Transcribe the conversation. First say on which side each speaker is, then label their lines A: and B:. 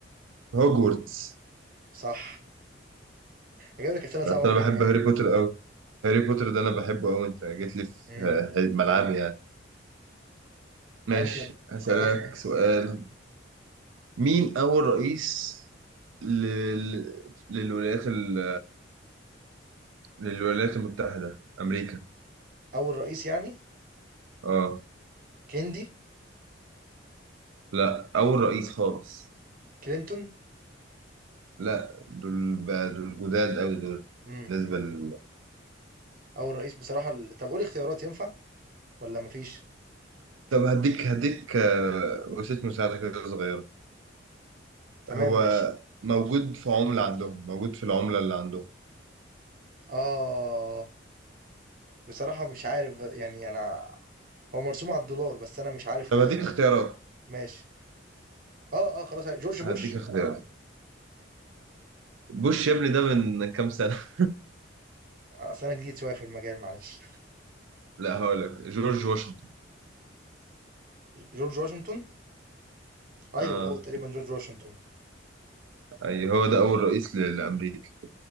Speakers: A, on the right (about 85°); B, on the right (about 45°).
A: هوجورتس
B: صح اجيب لك اسئله صعبه
A: بس
B: منين
A: انا بحب
B: طيب
A: هاري بوتر قوي هاري بوتر ده انا بحبه قوي انت جيت لي في
B: امم
A: آه، ملعبي يعني ماشي
B: انا ممكن
A: هسألك
B: خلاص ماشي.
A: سؤال مين اول رئيس لل... للولايات ال... للولايات المتحدة امريكا
B: اول رئيس يعني
A: اه
B: كيندي
A: لا أول رئيس خالص
B: كلينتون
A: لا دول بقى دول جداد أوي دول
B: امم
A: بالنسبة لل...
B: أول رئيس بصراحة ال... طب قول اختيارات ينفع ولا مفيش؟
A: طب هديك هديك آه، وسيلة مساعدة كده صغيرة
B: تمام
A: هو
B: ماشي
A: موجود في عملة عندهم موجود في العملة اللي عندهم
B: آه بصراحة مش عارف ب- يعني أنا هو مرسوم على الدولار بس أنا مش عارف
A: طب
B: هو
A: هديك
B: اسمه
A: اختيارات
B: ماشي آه آه خلاص جورج بوش
A: هديك اختيارات بوش يا ابني ده من كام سنة <laughs>
B: أصل أنا جديد شوية في المجال معلش
A: لا هقول لك جورج واشنطن
B: جورج واشنطن أيوه
A: اه
B: هو تقريبا جورج واشنطن
A: اي هو ده أول رئيس ل- لأمريكا